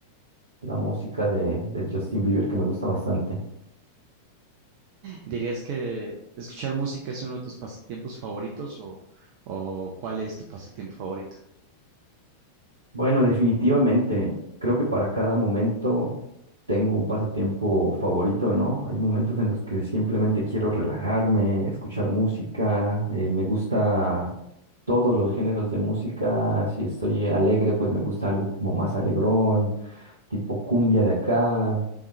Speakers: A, on the right (about 75°); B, on the right (about 45°).
A: la música de, de Justin Bieber que me gusta bastante.
B: ¿Dirías que escuchar música es uno de tus pasatiempos favoritos o, o cuál es tu pasatiempo favorito?
A: Bueno, definitivamente, creo que para cada momento tengo un pasatiempo favorito, ¿no? Hay momentos en los que simplemente quiero relajarme, escuchar música, eh, me gusta todos los géneros de música, si estoy alegre, pues me gusta algo como más alegrón, tipo cumbia de acá,